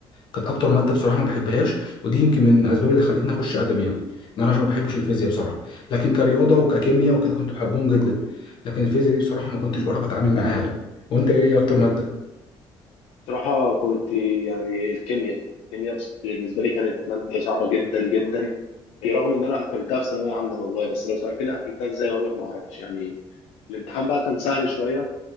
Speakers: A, on the left; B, on the left.
A: كانت أكتر مادة بصراحة ما بحبهاش ودي يمكن من الأسباب اللي خلتني أخش أدبي يعني إن أنا عشان ما بحبش الفيزياء بصراحة لكن كرياضة وككيمياء وكده كنت بحبهم جدا لكن الفيزياء دي بصراحة ما كنتش بعرف أتعامل معاها يعني وأنت إيه أكتر مادة؟
B: صراحة كنت يعني الكيمياء الكيمياء بس- بالنسبة لي كانت مادة صعبة جدا جدا رغم إن أنا قفلتها في ثانوية عامة والله بس لو سألتني قفلتها إزاي أقول لك ما أعرفش يعني الامتحان بقى كان سهل شوية